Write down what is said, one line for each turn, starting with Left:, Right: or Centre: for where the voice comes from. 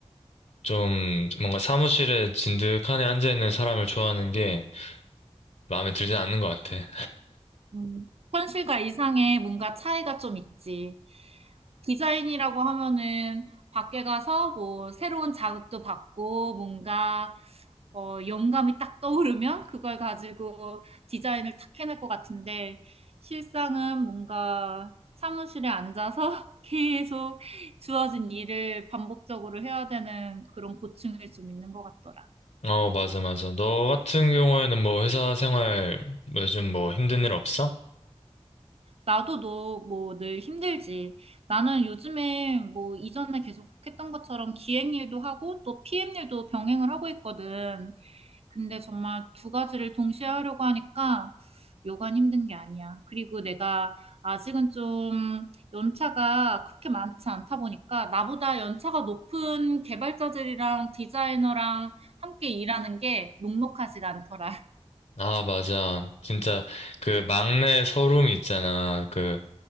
Left: 좀 뭔가 사무실에 진득하니 앉아있는 사람을 좋아하는 게 마음에 들진 않는 것 같아.
Right: 음, 현실과 이상의 뭔가 차이가 좀 있지. 디자인이라고 하면은 밖에 가서 뭐 새로운 자극도 받고 뭔가 어, 영감이 딱 떠오르면 그걸 가지고 디자인을 탁 해낼 것 같은데 실상은 뭔가 사무실에 앉아서 <laughs> 계속 주어진 일을 반복적으로 해야 되는 그런 고충이 좀 있는 것 같더라.
Left: 어, 맞아, 맞아. 너 같은 경우에는 뭐 회사 생활 요즘 뭐 힘든 일 없어?
Right: 나도 너 뭐 늘 힘들지. 나는 요즘에 뭐 이전에 계속 했던 것처럼 기획 일도 하고 또 PM 일도 병행을 하고 있거든. 근데 정말 두 가지를 동시에 하려고 하니까 여간 힘든 게 아니야. 그리고 내가 아직은 좀 연차가 그렇게 많지 않다 보니까 나보다 연차가 높은 개발자들이랑 디자이너랑 함께 일하는 게 녹록하지가 않더라.
Left: 아, 맞아. 진짜 그 막내 서름이 있잖아. 그